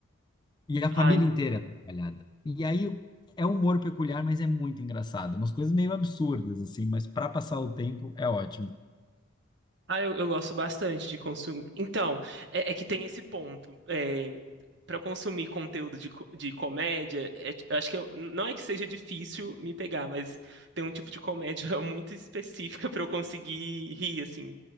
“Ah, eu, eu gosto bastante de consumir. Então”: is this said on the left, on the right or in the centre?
Right